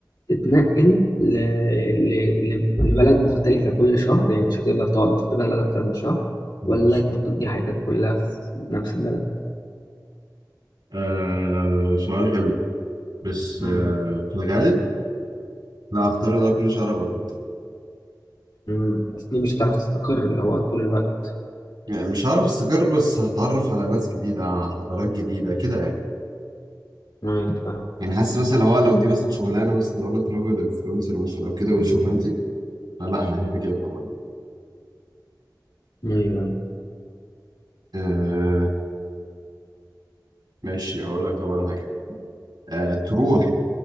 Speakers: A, on the left; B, on the right.
A: تتنقل ل... ل... ل... لبلد مختلفه كل شهر يعني مش هتقدر تقعد في بلد اكتر من شهر
B: ماشي
A: ولا تقضي حياتك كلها في نفس البلد
B: آه سؤال حلو بس
A: امم
B: آه في الغالب لا هختار ده كل شهر ابقى في حته
A: امم بس دي مش هتعرف تستقر اللي هو طول الوقت
B: يعني مش هعرف استقر بس هتعرف على ناس جديده حضارات جديده كده يعني.
A: ايوه فاهم
B: يعني حاسس مثلا لو لو دي مثلا شغلانه مثلا لو انا ترافل انفلونسر مثلا او كده ودي شغلانتي لا لا هحب كده طبعا يعني
A: ايوه ايوه
B: آه ماشي هقول لك طبعا حاجه آه تروح